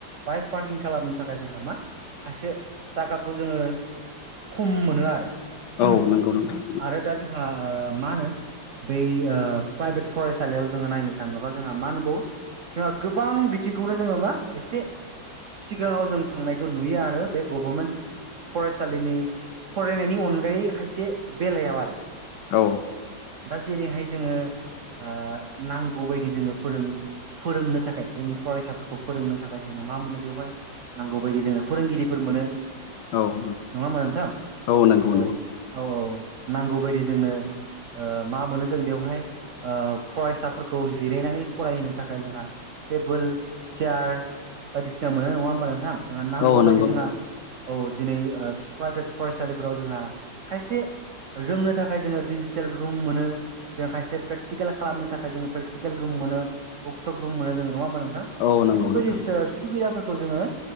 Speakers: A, on the right; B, on the left.
A: बाइक पार्किं खालामनो थाखाय जोंहा मा खायसे जागाखौ जोङो खम मोनो आरो। उम
B: औ नंगौ नोंथां
A: आरो दा जोंहा ओ मा होनो बै ओ प्राइभेट फरायसालियाव जोङो नायनो थाङोबा जोंहा मा नुबावो जोंहा गोबां बिथिखौनो जोङो मा एसे सिगाङाव जों थांनायखौ नुयो आरो बे गभर्मेन्ट फराय सालिनि फरायनायनि अनगायै खायसे बेलायाव आरो।
B: औ
A: दा जेरैहाय जोङो ओ नांगौ बायदि जोङो फोरों फोरोंनो थाखाय जोंनि फरायसाफोरखौ फोरोंनो थाखाय जोंङो मा मोनो बेवहाय नांगौ बायदि जोंनो फोरोंगिरिफोर मोनो।
B: औ
A: नङाहोमबा नोंथां
B: नंगौ नोंथां नंगौ नंगौ
A: औ
B: नंगौ
A: औ औ औ नांगौ बायदि जोंनो ओ मा मोनो जों बेवहाय ओ फरायसाफोरखौ जिरायनानै फरायहोनो थाखाय जोंहा टेबोल चियार बायदिसिना मोनो नङा होमबा नोंथां। जोङा नांगौ
B: औ
A: बायदि
B: नंगौ
A: जोङा
B: नोंथां
A: औ दिनै ओ प्राइभेट फरायसालिफोराव जोंहा खायसे रोंनो थाखाय जोङो डिजिटेल रुम मोनो जोङो खायसे प्रेकटिकेल खालामनो थाखाय जोङो प्रेकटिकेल रुम मोनो बुक सुब रुम मोनो जोङो नङा होमबा नोंथां।
B: औ नंगौ
A: बेफोरबायदि
B: नोंथां
A: सो सुबिदाफोरखौ जोङो